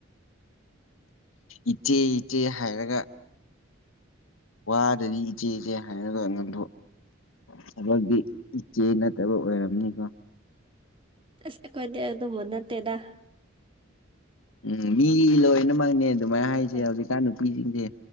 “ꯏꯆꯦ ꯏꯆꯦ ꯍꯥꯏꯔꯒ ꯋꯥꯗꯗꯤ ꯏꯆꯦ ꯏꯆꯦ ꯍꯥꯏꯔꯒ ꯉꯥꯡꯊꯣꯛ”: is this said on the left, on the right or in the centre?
Left